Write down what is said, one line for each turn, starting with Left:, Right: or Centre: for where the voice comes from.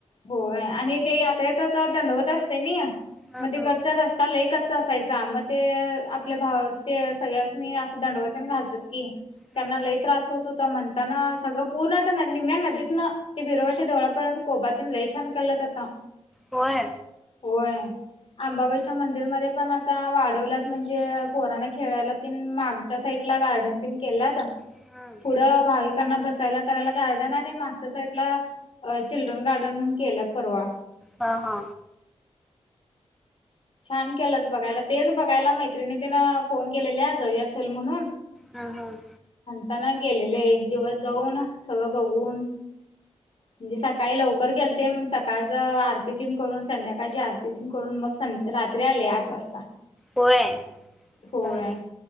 Left: होय आणि ते यात्रेचा तर दंडवत असते ना
Centre: हम्म
Left: मग तिकडचा
Centre: हम्म
Left: रस्ता लय कच च्चा असायचा मग ते आपल्या भाव ते सगळ्याचनी असं दंडवत ते घालतेत कि त्यांना
Centre: हम्म
Left: लय
Centre: हम्म
Left: त्रस होत होता म्हणताना सगळं पूर्ण अस निम्म्या नदीतन ते बिरोबाच्या देवळापर्यंत कोबा तेन ल छान केल्यात आता
Centre: होय.
Left: होय आंबाबाईच्या
Centre: हम्म
Left: मंदिर मध्ये पण आत ता वाढवल्यात म्हणजे पोराणं खेळायला तीन मागच्या साईडला गार्डन तेन केल्यात
Centre: हा
Left: पुढं भाविकांना बस यला करायला गार्डन आणि मागच्या साईडला चिल्ड्रन गार्डन म्हणून केलेत परवा
Centre: हा हा
Left: छान केलंत बघायला तेच बघायला मैत्रिणी तिनं फोन केलेले जाऊयात चल म्हणून
Centre: हम हम
Left: आता ना गेलेले एक दिवस जाऊन सगळं बघून म्हणजे सकाळी लवकर गेलते सकाळच आरतीतेन करून संध्याकाळच्या आरतीतेन करून मग संध रा रात्री आले आठ वाजता
Centre: होय
Left: होय
Centre: भारी